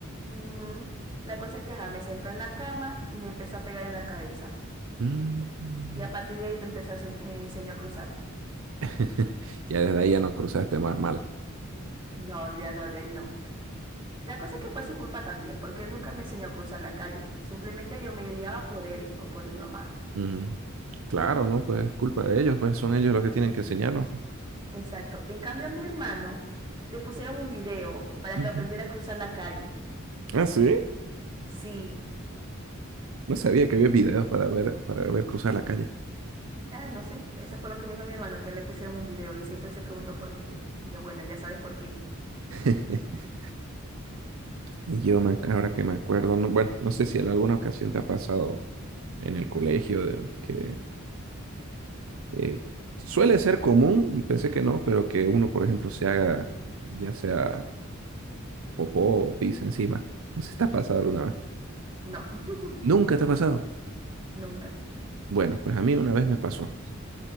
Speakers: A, on the right; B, on the right.
A: Ujú. La cosa es que ajá, me sentó en la cama y me empezó a pegar en la cabeza.
B: Mm.
A: Y a partir de ahí me empezó a ense- me enseñó a cruzar.
B: <laughs> Ya desde ahí ya nos cruzaste más mal.
A: No, ya no, de ahí no. La cosa es que fue su culpa también, porque él nunca me enseñó a cruzar la calle. Simplemente yo me guiaba por él o por mi mamá.
B: Ujú. Claro, ¿no? Pues culpa de ellos, pues son ellos los que tienen que enseñarnos.
A: Exacto. En cambio, a mi hermano le pusieron un video para
B: Ujú.
A: que aprendiera a cruzar la calle.
B: Ah, sí.
A: Sí.
B: No sabía que había videos para ver, para ver cruzar la calle.
A: Ah, no sé. Eso fue lo que me dijo mi hermano, que le pusieron un video y siempre se preguntó por qué. Y yo, bueno, ya sabes por qué.
B: <laughs> Y Yo me, ac- ahora que me acuerdo, no- bueno, no sé si en alguna ocasión te ha pasado en el colegio de- que eh, suele ser común, pensé que no, pero que uno, por ejemplo, se haga ya sea popó o pis encima. No sé si te ha pasado alguna vez.
A: No, <laughs>
B: ¿Nunca te ha pasado?
A: nunca.
B: Bueno, pues a mí una vez me pasó.